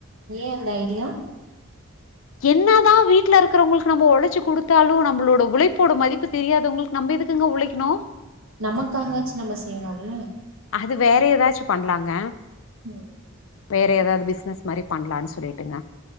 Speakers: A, on the right; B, on the left.
A: ஏ அந்த ஐடியா
B: என்ன தா வீட்டுல இருக்குறவங்களுக்கு நம்ப ஒழச்சு குடுத்தாலு நம்மளோட உழைப்போட மதிப்பு தெரியாதவங்களுக் நம்ப எதுக்குங்க உழைக்கணு
A: நமக்காக ஆச்சு நம்ம செய்யணுல
B: அது வேற ஏதாச்சு பண்லாங்க
A: ம்
B: வேற ஏதாது
A: ஓகே
B: பிசினஸ் மாரி பண்லான்னு சொல்லிட்டுங்க